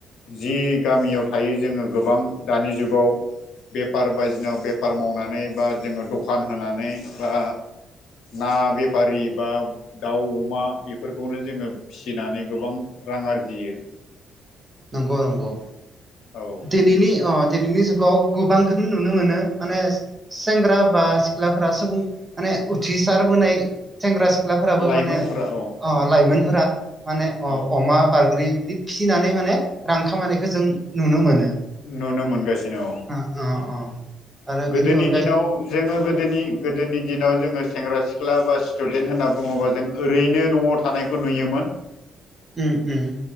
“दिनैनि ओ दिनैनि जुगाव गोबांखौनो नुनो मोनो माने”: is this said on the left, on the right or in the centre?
Right